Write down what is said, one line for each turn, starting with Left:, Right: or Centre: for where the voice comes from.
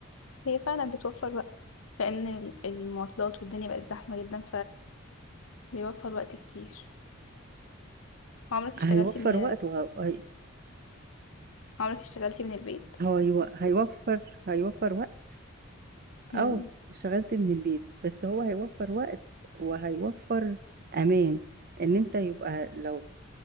Left: هي فعلا بتوفر وقت لان ال- المواصلات والدنيا بقت زحمة جدا فبيوفر وقت كتير عمرك اشتغلتي
Right: هيوفر
Left: من
Right: وقت وهي
Left: عمرك اشتغلتي من البيت
Right: هو يو- هيوفر هيوفر وقت
Left: مم.
Right: اه اشتغلت من البيت بس هو هيوفر وقت وهيوفر امان ان انت يبقى لو